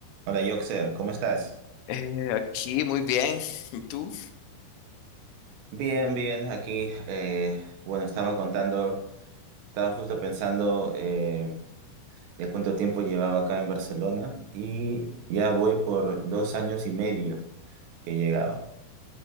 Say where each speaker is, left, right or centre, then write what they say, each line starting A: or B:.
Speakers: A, on the right; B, on the left.
A: Hola, Yoxer, ¿cómo estás?
B: Eh, aquí muy bien. ¿Y tú?
A: Bien, bien, aquí, eh, bueno, estaba contando, estaba justo pensando eh, de cuánto tiempo llevaba acá en Barcelona y ya voy por dos años y medio que he llegado.